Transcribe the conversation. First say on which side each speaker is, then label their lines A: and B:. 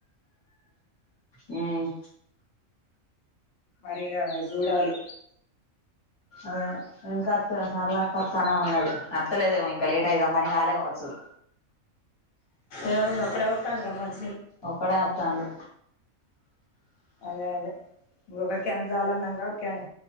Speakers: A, on the left (about 20°); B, on the left (about 80°).
A: మ్మ్
B: మరిగా జూడాలి
A: అ ఇంకత్త సరళతత్తనా ఉన్నది అత్తలేదేమో ఇంక లేటయిద మరి <unintelligible> వచ్చు
B: ఏమైంది ఒక్కడే వత్తాండుగా మన్
A: ఒక్కడే అత్తాండు
B: అదే అదే <unintelligible> క్యాన్సలాన్నంగా క్యాన్